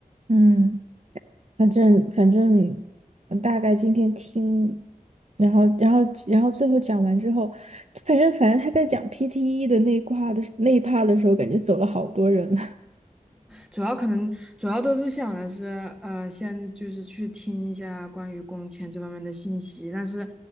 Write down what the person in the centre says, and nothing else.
主要可能主要都是想的是，呃，先就是去听一下关于工签这方面的信息。但是